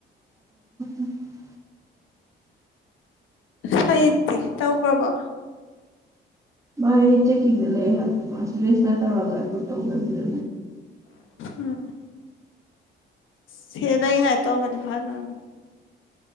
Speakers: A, on the right (about 15°); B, on the left (about 80°).
A: <unintelligible>
B: ꯍꯩꯗꯤ ꯇꯧꯈ꯭ꯔꯕꯣ
A: ꯃꯥꯥꯏ ꯆꯦꯛꯀꯤꯡꯗ ꯂꯩ ꯍꯥꯏꯕ ꯃꯥꯁꯨ ꯔꯦꯁꯇꯔ ꯇꯧꯔꯒ ꯑꯗꯨ ꯇꯧꯗꯕꯤꯗ
B: ꯎꯝ ꯁꯦꯜ ꯂꯩꯉꯥꯏ ꯇꯧꯒꯔꯗꯤ ꯐꯗꯧꯅꯦ